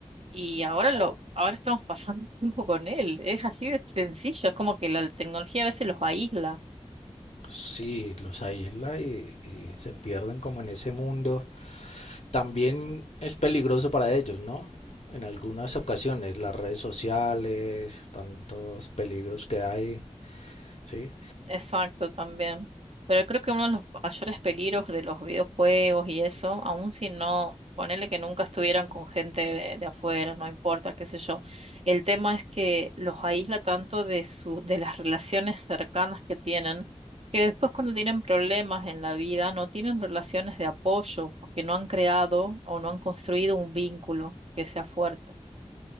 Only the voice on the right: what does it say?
Y ahora lo, ahora estamos <laughs> pasando tiempo con él. Es así de sencillo, es como que la tecnología a veces los aísla.
Exacto, también. Pero creo que uno de los mayores peligros de los videojuegos y eso, aun si no, ponele que nunca estuvieran con gente de, de afuera, no importa, qué sé yo. El tema es que los aísla tanto de su, de las relaciones cercanas que tienen, que después cuando tienen problemas en la vida, no tienen relaciones de apoyo, porque no han creado o no han construido un vínculo que sea fuerte.